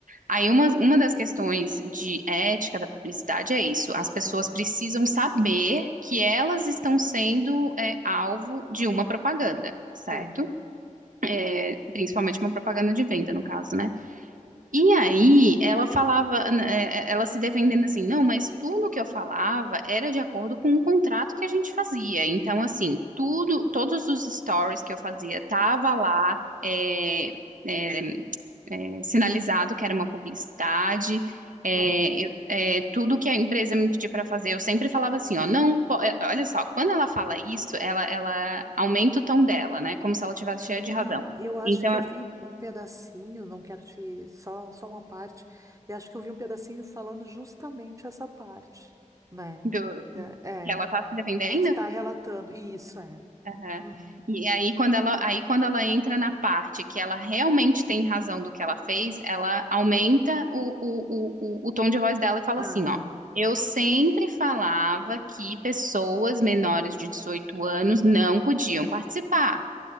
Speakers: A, on the right (about 75°); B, on the right (about 25°).
A: Aí uma, uma das questões de ética da publicidade é isso, as pessoas
B: aham,
A: precisam saber que elas estão sendo é, alvo de uma propaganda, certo?
B: sim.
A: é, principalmente uma propaganda de venda, no caso, né? E aí ela falava, né, ela se defendendo assim, não, mas tudo que eu falava era de acordo com o contrato que a gente fazia. Então, assim, tudo, todos os stories que eu fazia tava lá, é, é, é, sinalizado que era uma publicidade. É,
B: aham.
A: eu- é, tudo que a empresa me pedia para fazer, eu sempre falava assim, ó, não, po- é, olha só, quando ela fala isso, ela, ela aumenta o tom dela, né? Como se ela tivesse
B: Sim,
A: cheia de razão.
B: eu acho
A: Então
B: que eu vi um pedacinho, não quero te, só, só uma parte, eu acho que eu vi um pedacinho falando justamente essa parte, né?
A: do-
B: Da-
A: que
B: É,
A: ela tá se defendendo?
B: que tu tá relatando, e isso é.
A: Aham.
B: Uhum.
A: E aí quando ela, aí quando ela entra na parte que ela realmente tem razão do que ela fez, ela aumenta o, o, o, o, o tom de voz dela e fala
B: Ah,
A: assim, ó. Eu sempre falava que pessoas menores de 18 anos não podiam participar.